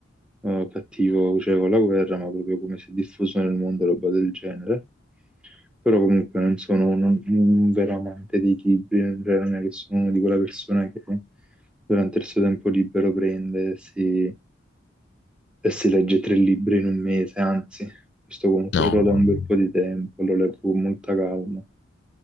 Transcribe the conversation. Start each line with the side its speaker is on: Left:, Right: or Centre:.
Centre: eh, cattivo, cioè con la guerra, ma proprio come si è diffuso nel mondo, roba del genere. Però comunque non sono un, un vero amante dei libri, cioè non è che sono una di quella persona che durante il suo tempo libero prende e si, e si legge tre libri in un mese, anzi, questo comunque
Left: No.
Centre: ce l'ho da
Left: no.
Centre: un bel
Left: no.
Centre: po' di tempo, lo leggo con molta calma.